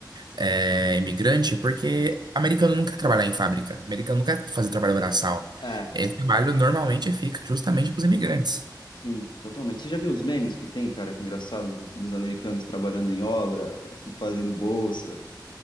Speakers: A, on the right (about 65°); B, on the left (about 85°).
A: é, imigrante, porque americano nunca trabalhar em fábrica, americano nunca fazer trabalho braçal.
B: É,
A: Esse trabalho normalmente fica justamente para os imigrantes.
B: sim, totalmente. Você já viu os memes que tem, cara? Que é engraçado, dos, dos americanos trabalhando em obra <laughs> e fazendo bolsa.